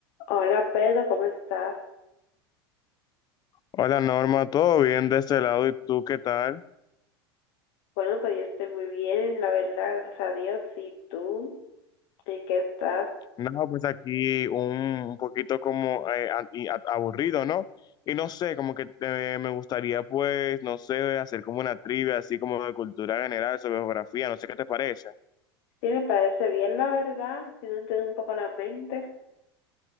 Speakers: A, on the left; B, on the left.
A: Hola Pedro, ¿cómo estás?
B: Hola Norma, ¿todo bien de este lado? ¿Y tú qué tal?
A: Bueno, pues yo estoy muy bien, la verdad, gracias a Dios. ¿Y tú? ¿En qué estás?
B: No, pues aquí un, un poquito como eh, a- y a- aburrido, ¿no? Y no sé, como que eh, me gustaría pues, no sé, hacer como una trivia así como de cultura general, sobre geografía, no sé qué te parece.
A: Sí, me parece bien, la verdad. Si no entiendo un poco la mente,